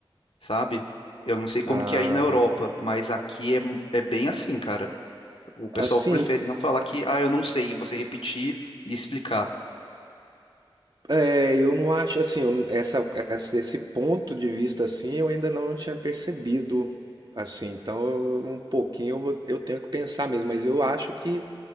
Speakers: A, on the left; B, on the right.
A: sabe? Eu não sei como
B: Ah,
A: que é aí na Europa, mas aqui é, é bem assim, cara. O pessoal
B: assim,
A: prefere não falar que, ah, eu não sei, e você repetir e explicar.
B: É, eu não acho assim, eu- essa, essa- esse ponto de vista assim, eu ainda não tinha percebido assim. Então, eu- um pouquinho eu, vou- eu tenho que pensar mesmo, mas eu acho que